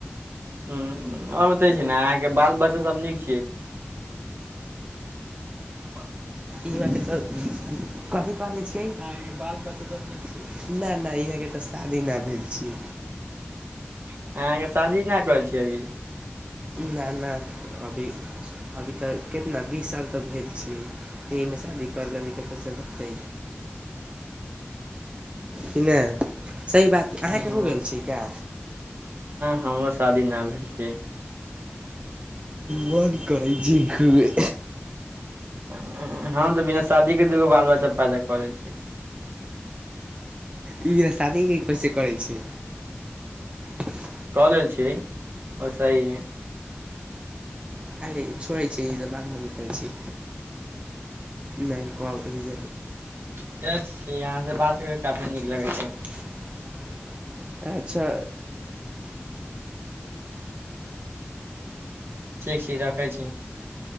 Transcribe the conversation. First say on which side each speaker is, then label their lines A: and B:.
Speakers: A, on the right; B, on the right.
A: हूँ आओर बतैय छी ने अहाँके बाल बच्चा सब नीक छियै हाँ
B: ई बात कहु कथि कहले छियै अहाँके बाल बच्चा सब नीक छै नहि नहि इएह के तऽ शादी ना भेल छी
A: <inaudible> शादी नहि करल छी अभी
B: ना ना अभी अभी तऽ कितना बीस साल तऽ भेल छियै एहिमे शादी कर लेबै तऽ कैसन हतै की नहि सही बात अहाँके
A: हँ
B: हो गेल छै का
A: हमरो शादी ना भेल छै
B: बढ़ करै छी खूबे
A: हँ-हँ-हम तऽ बिना शादीके दूगो बाल बच्चा पैदा कऽ लै छियै
B: ई बिना शादीके कैसे करै छै <unintelligible>
A: कऽ लेल छियै ओ सही हइ
B: अरे छोड़ै छियै ई सब बात कथि लै करै छियै नै कॉल करीह
A: चल छी अहाँ से बात कर के काफी नीक लगै
B: <unintelligible>
A: छै
B: अच्छा
A: ठीक छी राखै छी